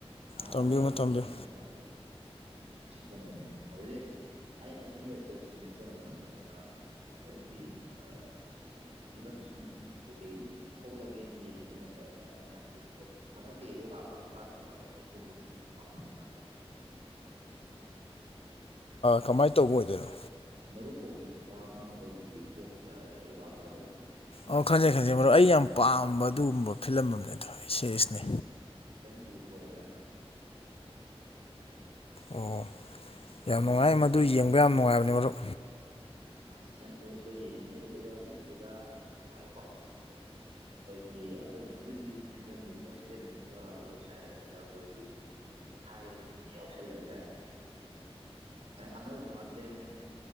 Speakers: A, on the right; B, on the left.
A: ꯑꯥ
B: ꯇꯝꯕꯤꯌꯨꯃ
A: ꯑꯩꯒꯤ
B: ꯇꯝꯕꯤꯌꯨ
A: ꯑꯣꯏꯅꯗꯤ ꯌꯥꯝ ꯅꯨꯡꯉꯥꯏꯕ ꯁꯤ ꯀꯦꯣꯅꯦ ꯍꯧꯗꯤ ꯑꯩꯅ ꯁꯃꯦ ꯇꯣꯁꯤꯅꯦꯦ ꯑ ꯑꯣꯏꯒꯤ ꯑ ꯁꯨꯝ ꯐꯤꯂꯝꯁꯤ ꯀꯩ ꯀꯩ ꯊꯣꯛꯂꯒꯦꯅ ꯌꯦꯡꯉꯨꯕ ꯃꯇꯝꯗ ꯑꯩꯅ ꯍꯥꯏꯕꯣ ꯃꯊꯛꯇ ꯑꯦꯔꯣ ꯀꯥꯞꯄꯗꯨ ꯄꯥꯟꯅꯒ ꯌꯥꯎꯕ ꯀꯣꯕ ꯐꯤꯂꯝꯗꯨꯣ ꯈꯪꯉ ꯅꯠꯇ꯭ꯔꯥ
B: ꯀꯃꯥꯏꯅ ꯇꯧꯕ ꯑꯣꯏꯗꯣꯏꯅꯣ
A: ꯃꯔꯨꯞ ꯀꯣꯛꯄ ꯅꯨꯄꯥ ꯑꯃ ꯑꯩꯈꯣꯏꯒꯤ ꯀꯣꯛꯅ ꯑꯦꯔꯣ ꯀꯥꯞꯄ ꯌꯥꯎꯕ
B: ꯑꯣ ꯈꯟꯖꯩ ꯈꯟꯖꯩ ꯃꯔꯣꯏ ꯑꯩ ꯌꯥꯝ ꯄꯥꯝꯕ ꯑꯗꯨꯒꯨꯝꯕ ꯐꯤꯂꯝ ꯑꯃꯅꯦꯗꯣ ꯁꯦꯁꯅꯦ
A: ꯇ ꯐ
B: ꯑꯣ ꯌꯥꯝ ꯅꯨꯡꯉꯥꯏ
A: ꯑꯗꯨꯗꯨꯒ
B: ꯃꯗꯨ ꯌꯦꯡꯕ ꯌꯥꯝ ꯅꯨꯡꯉꯥꯏꯕꯅꯦ ꯃꯔꯨꯞ
A: ꯁꯤꯖꯟ ꯇꯣ ꯑꯩ ꯁꯣꯏ ꯌꯦꯡꯉꯅꯤ ꯑꯗꯨꯗꯨꯒ ꯑꯅꯤꯁꯨꯕꯗ ꯅꯨꯡꯉꯥꯏꯕ ꯄꯥꯎꯅꯤ ꯁꯤꯁꯨ ꯑꯩꯈꯣꯏꯒꯤ ꯑꯩꯈꯣꯏꯅ ꯍꯧꯖꯤꯛ ꯍꯧꯖꯤꯛ ꯐꯤꯂꯝ ꯌꯦꯅ ꯁꯤꯖꯤꯟꯅꯔꯤꯕ ꯋꯦꯕꯁꯥꯏꯠ ꯑꯗꯨꯗ ꯑꯩꯈꯣꯏꯒꯤ ꯍ ꯍꯅꯤ ꯌꯥꯧꯁꯜ ꯂꯩ ꯑꯅꯧꯕꯒꯦꯅꯦ